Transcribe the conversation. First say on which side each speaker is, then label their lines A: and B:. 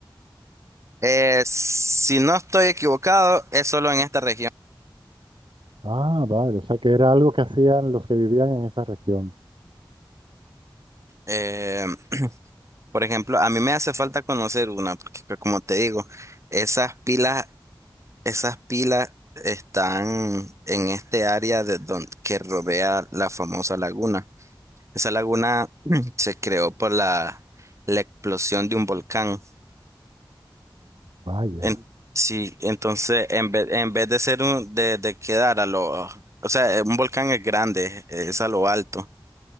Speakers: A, on the right; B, on the right.
A: Eh, si no estoy equivocado, es solo en esta región.
B: Ah, vale, o sea que era algo que hacían los que vivían en esa región.
A: Eh, por ejemplo, a mí me hace falta conocer una, porque pues, como te digo, esas pilas, esas pilas están en este área de don- que rodea la famosa laguna. Esa laguna <clears throat> se creó por la, la explosión de un volcán.
B: Vaya.
A: En- sí, entonces en vez, en vez de ser un, de, de quedar a lo, o sea, un volcán es grande, es a lo alto,